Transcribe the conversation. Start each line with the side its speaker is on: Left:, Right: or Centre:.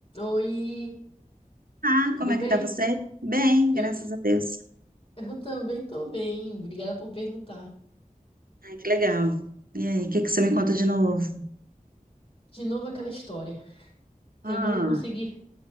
Left: Oi,
Right: Ah,
Left: tudo
Right: como é
Left: bem?
Right: que tá você? Bem,
Left: Eu,
Right: graças a Deus.
Left: eu também tô bem, obrigada por perguntar.
Right: Ai, que legal. E aí, o que que você me conta de novo?
Left: De novo aquela história de
Right: Ah,
Left: eu não conseguir,